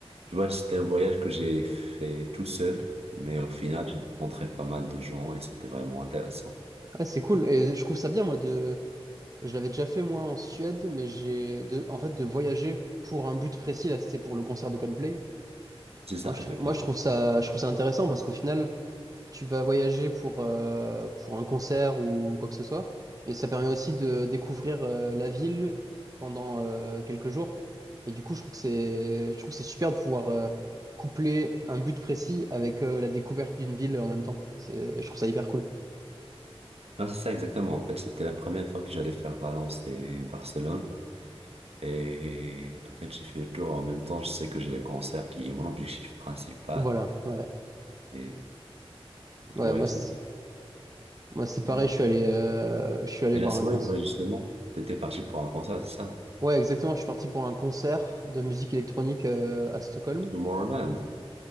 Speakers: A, on the right; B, on the right.
A: tu vois, c'était un voyage que j'ai fait tout seul. Mais au final, j'ai rencontré pas mal de gens et c'était vraiment intéressant.
B: ouais, c'est cool. Et je trouve ça bien, moi, de. Je l'avais déjà fait, moi, en Suède, mais j'ai. De... En fait, de voyager pour un but précis, là, c'était pour le concert de Coldplay.
A: C'est ça,
B: Moi, je
A: exactement.
B: trouve, moi, je trouve ça, je trouve ça intéressant parce qu'au final, tu vas voyager pour, euh, pour un concert ou quoi que ce soit, mais ça permet aussi de découvrir euh, la ville pendant euh, quelques jours. Et du coup, je trouve que c'est, je trouve que c'est super de pouvoir euh, coupler un but précis avec euh, la découverte d'une ville en même temps. C'est, je trouve ça hyper cool.
A: Non, c'est ça, exactement. En fait, c'était la première fois que j'allais faire Valence et Barcelone. Et en fait, j'ai fait le tour. En même temps, je sais que j'ai les concerts qui est mon objectif principal.
B: Voilà, ouais.
A: Et
B: Ouais,
A: ouais,
B: moi,
A: c'était.
B: c'est- moi c'est pareil,
A: Mm.
B: je suis allé, euh, je suis allé
A: Et
B: voir
A: la semaine,
B: un concert.
A: ouais, justement, t'étais parti pour un concert, c'est ça?
B: Ouais, exactement, je suis parti pour un concert de musique électronique euh, à Stockholm.
A: C'est Tomorrowland.